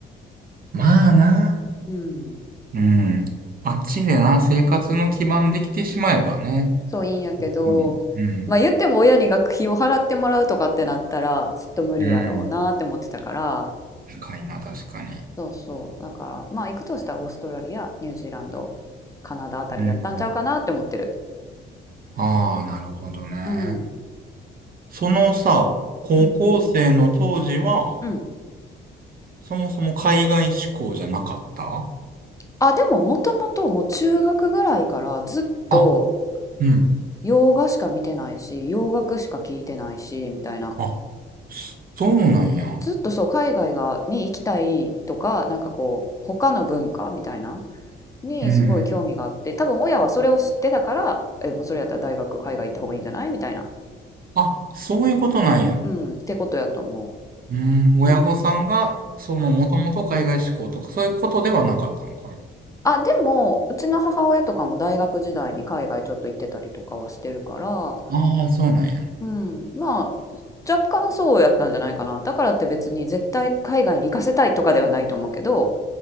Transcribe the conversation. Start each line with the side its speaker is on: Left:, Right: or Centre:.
Right: まあな。
Left: うん。
Right: うん。あっちでな、生活の基盤できてしまえばね。
Left: そういいんやけど、
Right: うん。うん。
Left: まあ言っても親に学費を払ってもらうとかってなったら、ちょっと無理やろうなって思ってたから、
Right: うん。深いな、確かに。
Left: そうそう。だから、まあ行くとしたらオーストラリア、ニュージーランド、カナダあたりやったんちゃうかなって思ってる。
Right: うん。ああ、なるほどね。
Left: うん。
Right: そのさ、高校生の当時は、
Left: うんうん。うん。
Right: そもそも海外志向じゃなかった
Left: あ、でももともともう中学ぐらいからずっと
Right: あ、うん。
Left: 洋画しか見てないし、洋楽しか聞いてないし、みたいな。
Right: あ、そうなんや。
Left: ずっとそう、海外がに行きたいとか、なんかこう、他の文化みたいな。にすごい興味があって多分親はそれを知ってたからえもうそれやったら大学海外行った方がいいんじゃないみたいな、
Right: うん。あ、そういうことなんや。
Left: うん、ってことやと思
Right: うん。親御さんが、
Left: う。うん、
Right: その、もともと海外志向とか、そういうことではなかったのかな。
Left: あ、でも、うちの母親とかも大学時代に海外ちょっと行ってたりとかはしてるから、
Right: ああ、そうなんやな。
Left: うん、まあ、若干そうやったんじゃないかな。だからって別に絶対海外に行かせたいとかではないと思うけど、